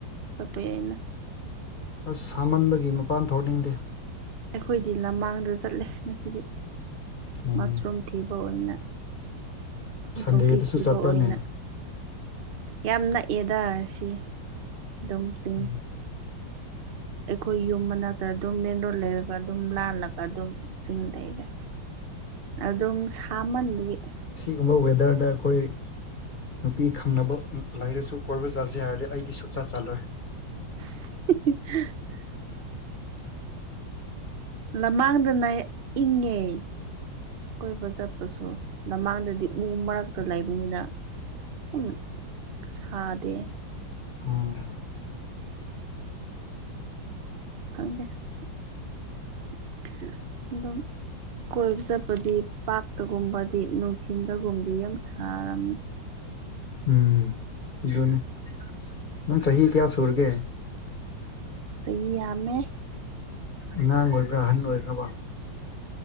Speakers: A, on the right; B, on the left.
A: ꯆꯠꯄ ꯌꯥꯏꯅ꯫
B: ꯑꯁ ꯁꯥꯃꯟꯕꯒꯤ ꯃꯄꯥꯟ ꯊꯣꯛꯅꯤꯡꯗꯦ꯫
A: ꯑꯩꯈꯣꯏꯗꯤ ꯂꯝꯃꯥꯡꯗ ꯆꯠꯂꯦ ꯉꯁꯤꯗꯤ
B: ꯎꯝ
A: ꯃꯁꯔꯨꯝ ꯊꯤꯕ ꯑꯣꯏꯅ꯫ ꯐꯣꯡꯗꯣꯛꯄꯤ
B: ꯁꯟꯗꯦꯗꯁꯨ
A: ꯊꯤꯕ
B: ꯆꯠꯄ꯭ꯔꯅꯦ
A: ꯑꯣꯏꯅ ꯌꯥꯝ ꯅꯛꯑꯦꯗ ꯁꯤ ꯑꯗꯨꯝ ꯆꯤꯡ
B: ꯎꯝ
A: ꯑꯩꯈꯣꯏ ꯌꯨꯝ ꯃꯅꯥꯛꯇ ꯑꯗꯨꯝ ꯃꯦꯟ ꯔꯣꯠ ꯂꯩꯔꯒ ꯑꯗꯨꯝ ꯂꯥꯜꯂꯒ ꯑꯗꯨꯝ ꯆꯤꯡ ꯂꯩꯔꯦ ꯑꯗꯨꯝ ꯁꯥꯃꯟꯕꯒꯤ
B: ꯀꯔꯝꯕ ꯋꯦꯗꯔꯗ ꯑꯩꯈꯣꯏ ꯅꯨꯄꯤ ꯈꯪꯅꯕ ꯂꯩꯔꯁꯨ ꯀꯣꯏꯕ ꯆꯠꯖꯦ ꯍꯥꯏꯔꯗꯤ ꯑꯩꯗꯤ ꯁꯨꯛꯆꯠ ꯆꯠꯂꯣꯏ꯫
A: <unintelligible> ꯅꯃꯥꯡꯗꯅ ꯏꯪꯉꯦ꯫ ꯀꯣꯏꯕ ꯆꯠꯄꯁꯨ ꯅꯃꯥꯡꯗꯗꯤ ꯎ ꯃꯔꯛꯇ ꯂꯩꯕꯅꯤꯅ ꯎ ꯁꯥꯥꯗꯦ꯫
B: ꯎꯝ
A: ꯈꯪꯗꯦ ꯑꯗꯨꯗꯝ ꯀꯣꯏꯕ ꯆꯠꯄꯗꯤ ꯄꯥꯛꯇꯒꯨꯝꯕꯗꯤ ꯅꯨꯡꯊꯤꯟꯗꯒꯨꯝꯕꯤ ꯌꯥꯝꯅ ꯁꯥꯔꯝꯃꯤ꯫
B: ꯎꯝ ꯑꯗꯨꯅꯤ ꯅꯪ ꯆꯍꯤ ꯀꯌꯥ ꯁꯨꯨꯔꯒꯦ꯫
A: ꯑꯩ ꯌꯝꯃꯦ꯫
B: ꯑꯉꯥꯡ ꯑꯣꯏꯕ꯭ꯔ ꯑꯍꯟ ꯑꯣꯏꯕ꯭ꯔ ꯑꯣ꯫